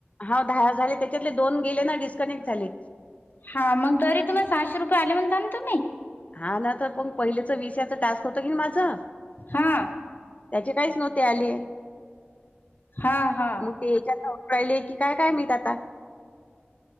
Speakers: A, on the left; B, on the left.
A: हा झाले त्याच्यातले दोन गेले ना डिस्कनेक्ट झाले.
B: हा मग तरी तुम्हाला सहाशे रुपये आले म्हणता ना तुम्ही?
A: हा ना तर पण पहिलेच विषयाच टास्क होत की माझं.
B: हा
A: त्याचे काहीच नव्हते आले.
B: हा हा.
A: मग ते हेच्या जाऊन राहिले की काय काय मी आता?